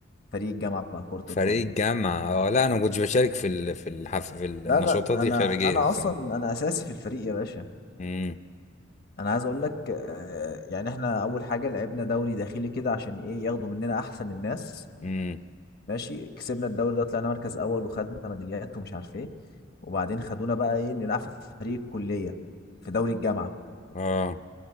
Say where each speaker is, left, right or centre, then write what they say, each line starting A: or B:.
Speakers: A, on the left; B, on the left.
A: فريق الجامعه بتاع كره
B: فريق
A: القدم
B: الجامعه اه لا انا ما كنتش بشارك في ال... في الحف... في النشاطات
A: لا لا انا
B: الخارجيه
A: انا
B: السنه
A: اصلا انا اساسي في الفريق يا باشا
B: امم
A: انا عايز اقول لك آه، يعني احنا اول حاجه لعبنا دوري داخلي كده عشان ايه ياخدوا مننا احسن الناس
B: امم
A: ماشي كسبنا الدوري ده طلعنا مركز اول وخدنا ميداليات ومش عارف ايه وبعدين خدونا بقى ايه نلعب في فريق الكليه في دوري الجامعه
B: اه